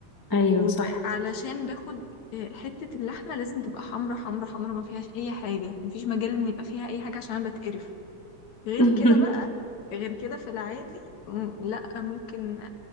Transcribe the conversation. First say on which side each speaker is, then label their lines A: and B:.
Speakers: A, on the left (about 35°); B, on the left (about 65°).
A: ايوه
B: وعلشان
A: صح
B: باخد آه، حتة اللحمة لازم تبقى حمرا حمرا حمرا ما فيهاش أي حاجة مفيش مجال إن يبقى فيها أي حاجة عشان أنا بتقرف غير
A: <laughs>
B: كده بقى غير كده في العادي م- لأ ممكن